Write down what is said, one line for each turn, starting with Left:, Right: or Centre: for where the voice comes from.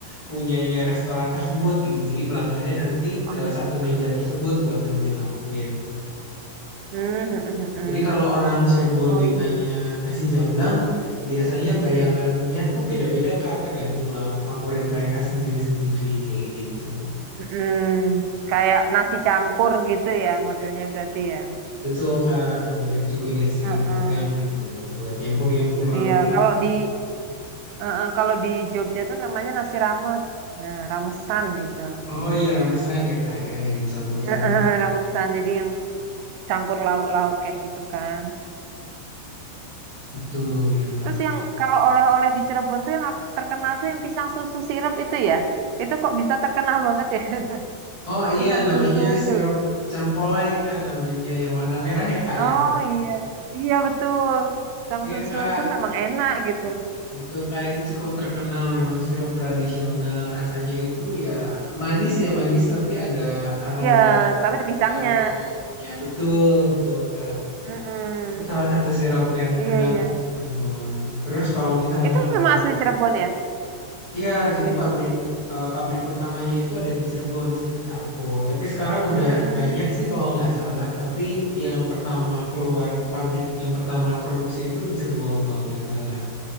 Left: punyanya restoran tersebut gitu. Jadi pelanggannya nanti
Right: Hmm.
Left: ke satu meja tersebut buat ngambil lauknya.
Right: hmm, hmm, hmm, hmm.
Left: Jadi kalau orang Cirebon
Right: Oh
Left: ditanya
Right: iya. iya.
Left: nasi jamblang, biasanya bayangannya tuh beda-beda Kak, tergantung lauk favorit mereka sendiri-sendiri kayak gitu.
Right: Mm-mm. Kayak nasi campur gitu ya modelnya berarti ya.
Left: Betul Kak, mirip juga nasi
Right: Heeh.
Left: Padang gitu buat nyampur-nyampur lauknya.
Right: Iya, kalau di heeh, kalau di Jogja tuh namanya nasi rames. Nah, ramesan gitu.
Left: Oh iya ramesan ya kak ya yang campur-campur
Right: Heeh, ramesan. Jadi yang campur lauk-lauk kayak gitu kan.
Left: betul ya kak.
Right: Terus yang kalau oleh-oleh di Cirebon tuh yang ap- terkenal tuh yang pisang susu sirup itu ya. Itu kok bisa terkenal banget ya? <laughs>
Left: Oh iya
Right: Pisang
Left: namanya
Right: susu itu
Left: sirup
Right: loh.
Left: campolai kak namanya yang warna merah ya kak ya.
Right: Oh iya. Iya betul. Pisang
Left: Iya
Right: susu
Left: kak
Right: tuh memang enak gitu.
Left: betul kak itu cukup terkenal memang sirup tradisional rasanya itu ya manis ya manis tapi ada aroma
Right: Iya, tapi ada pisangnya.
Left: aroma wanginya betul betul kak.
Right: Mm-mm.
Left: Itu salah satu sirup yang terkenal
Right: Iya, iya.
Left: di Cirebon. Terus kalau misalnya
Right: Itu
Left: oleh-oleh
Right: memang asli Cirebon ya?
Left: Iya, jadi pabrik eh, pabrik pertamanya itu ada di Cirebon seingat aku. Tapi sekarang
Right: Hmm.
Left: udah banyak sih kalau nggak salah. Tapi yang pertama keluar pabrik yang pertama produksi itu di Cirebon kalau nggak salah.